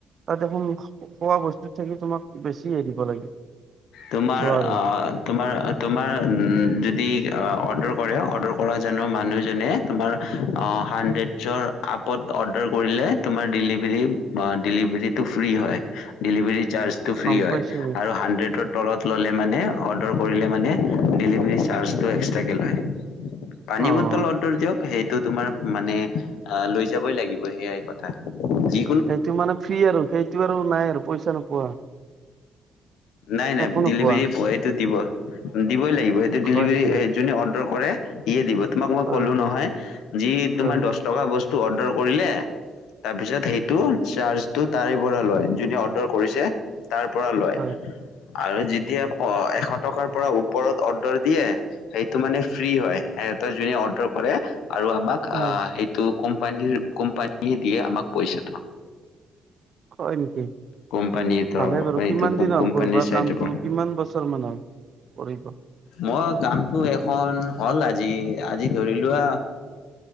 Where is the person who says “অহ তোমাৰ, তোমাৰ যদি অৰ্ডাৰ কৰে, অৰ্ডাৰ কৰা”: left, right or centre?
Left